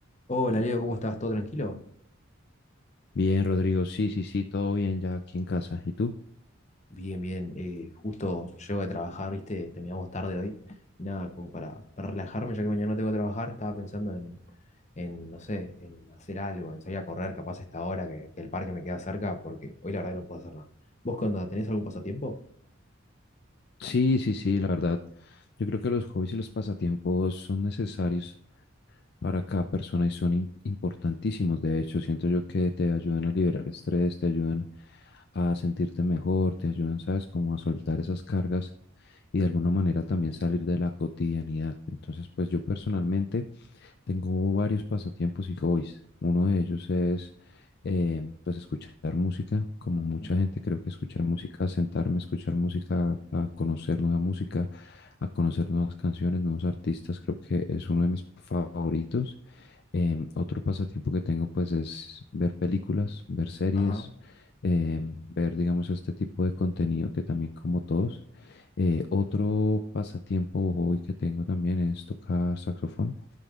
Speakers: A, on the left; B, on the left.
A: Hola Leo, ¿cómo estás? ¿Todo tranquilo?
B: Bien, Rodrigo, sí, sí, sí, todo bien ya aquí en casa. ¿Y tú?
A: Bien, bien. eh, justo llego de trabajar, ¿viste? Terminamos tarde hoy. Y nada, como para, para relajarme, ya que mañana no tengo que trabajar, estaba pensando en, en, no sé, en hacer algo, en salir a correr, capaz a esta hora que, que el parque me queda cerca, porque hoy la verdad que no puedo hacer nada. ¿Vos cuando tenés algún pasatiempo?
B: Sí, sí, sí, la verdad. Yo creo que los hobbies y los pasatiempos son necesarios para cada persona y son im- importantísimos. De hecho, siento yo que te ayudan a liberar estrés, te ayudan a sentirte mejor, te ayudan, ¿sabes?, como a soltar esas cargas y de alguna manera también salir de la cotidianidad. Entonces, pues yo personalmente... Tengo varios pasatiempos y hobbies. Uno de ellos es eh, pues escuchar música, como
A: Ajá.
B: mucha gente creo que escuchar música, sentarme a escuchar música, a conocer nueva música, a conocer nuevas canciones, nuevos artistas, creo que es uno de mis favoritos. Em, otro pasatiempo que tengo pues es ver películas, ver series,
A: Ajá.
B: em, ver digamos este tipo de contenido que también como todos. Eh, otro pasatiempo o hobby que tengo también es tocar saxofón.